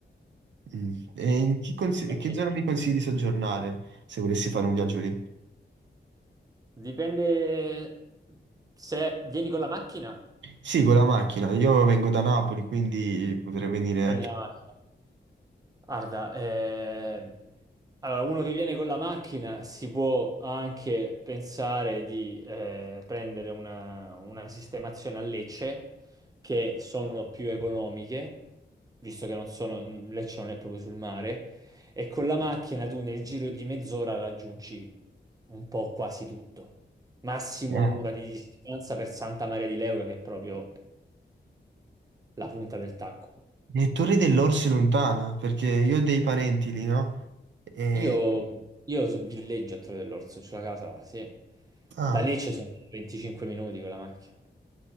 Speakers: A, on the right (about 75°); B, on the right (about 20°).
A: Mm. E in chi consi-
B: Accessibile.
A: e che zona mi consigli di soggiornare se volessi fare un viaggio lì?
B: Dipende se vieni con la macchina,
A: Sì, con la macchina. Io vengo da Napoli, quindi potrei venire
B: Prendiamo. Guarda, eh, allora uno che viene con la macchina si può anche pensare di eh, prendere una, una sistemazione a Lecce che sono più economiche, visto che non sono, Lecce non è proprio sul mare, e con la macchina tu nel giro di mezz'ora raggiungi un po' quasi tutto. Massimo
A: anche...
B: un'ora di distanza per Santa Maria di Leuca, che è proprio la punta del tacco.
A: E Torre dell'Orsi lontana, perché io ho dei parenti lì, no? E...
B: Io, io so- villeggio a Torre dell'Orso, c'ho la casa là, sì.
A: Ah,
B: Da lì ci sono 25 minuti con la macchina.